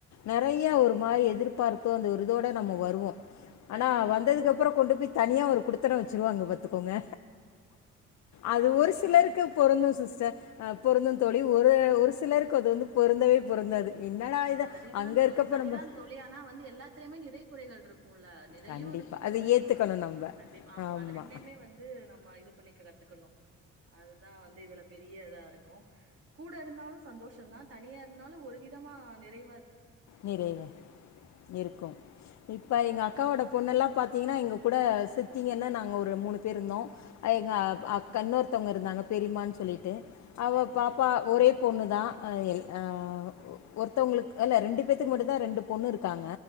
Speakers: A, on the left; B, on the right.
A: நெறைய <inaudible> ஒரு மாரி எதிர்பார்ப்பு அந்த ஒரு இதோட நம்ம வருவோ
B: கண்டிப்பா,
A: ஆனா வந்ததுக்கப்புற
B: கண்டிப்பா.
A: கொண்டு போய் தனியா ஒரு குடித்தன வச்சுருவாங்க பாத்துக்கோங்க அது
B: ஆமா
A: ஒரு சிலருக்கு
B: தோழி.
A: பொருந்தும் சிஸ்டர் பொருந்து தோழி ஒரு <unintelligible> ஒரு சிலருக்கு அது வந்து பொருந்தவே பொருந்தாது என்னடா இது
B: சரிதா
A: அங்கே
B: தோழி
A: இருக்கப்போ
B: சரிதான்
A: நம்ம
B: தோழி ஆனா வந்து எல்லாத்துலயுமே நிறை குறைகள் இருக்கு குல்ல நிறையுருக்கு
A: கண்டிப்பாக அதை
B: குறையுருக்குல்ல
A: ஏற்றுக்கணும் நம்ம
B: கண்டிப்பா ஆமா
A: ஆமாம்
B: அது ரெண்டயுமே வந்து நம்ம இது <unintelligible> துக்கணும் அதுதா வந்து இதுல பெரிய இதாருக் கும் கூட இருந்தாலும் ச சந்தோஷ தா தனியா இருந்தாலு ஒரு விதமான நிறை
A: நிறைவு இருக்கும் இப்ப
B: அதனால
A: எங்க அக்காவோட
B: வந்து
A: பொண்ணுலா பாத்தீங்கனா எங்க கூட சித்திங்கன்னா நாங்க ஒரு ஒரு மூணு பேர்ருந்தோ எங்க
B: சரி,
A: ஆ
B: சரி.
A: அக் இன்னுர்த்தவங்க இருந்தாங்க பெரியம்மானு சொல்லிட்டு அவ
B: சரி, சரி.
A: பாப்பா ஒரே பொண்ணு தா ஆ எல் ஆ ஒருத்தவங்களுக் அல்ல ரெண்டு பேத்துக்கு மட்டுந்தா ரெண்டு பொண்ணு இருக்காங்க